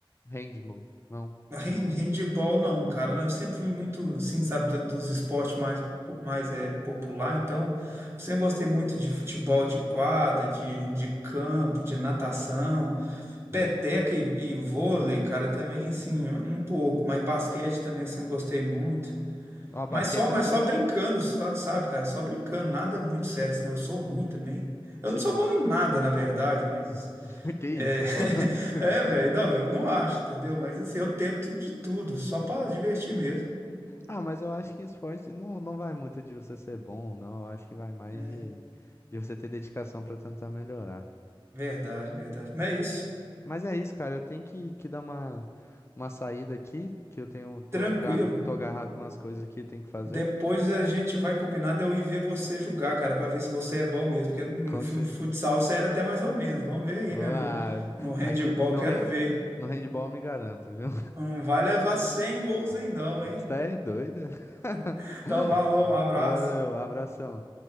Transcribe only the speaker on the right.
Hand- Handball não, cara. né? Eu sempre fui muito, assim, sabe, do- dos esportes mais, po- mais é, popular. Então, sempre gostei muito de futebol de quadra, de, de campo, de natação,
peteca e, e vôlei, cara, também, assim, um pouco. Mas basquete também eu sempre gostei muito.
Mas só, mas
só brincando, só- sabe, cara? Só brincando, nada muito sério, senão eu sou ruim também. Eu
não sou bom em nada, na verdade, mas.
É, <laughs>
é, velho, não, eu não acho, entendeu? Mas assim, eu tento de tudo, só pra divertir mesmo.
É,
verdade, verdade. Mas é isso,
tranquilo.
Depois a gente vai combinar de eu ir ver você jogar, cara, pra ver se você é bom mesmo. Porque no
fu-
futsal você era até mais ou menos. Vamos ver aí,
né? No, no handebol,
quero
ver.
Não vai levar 100 gols aí, não,
hein?
<laughs>
Então, valeu, um abraço.